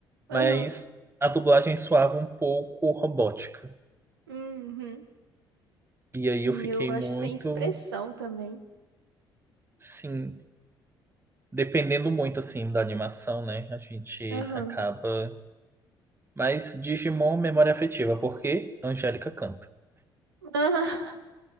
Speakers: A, on the right; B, on the right.
A: Aham,
B: Mas a dublagem soava um pouco robótica.
A: uhum.
B: E aí
A: Sim,
B: eu fiquei
A: eu acho
B: muito,
A: sem expressão também.
B: sim, dependendo muito assim da animação, né? A gente
A: Aham.
B: acaba. Mas Digimon, memória afetiva, porque Angélica canta.
A: Aham.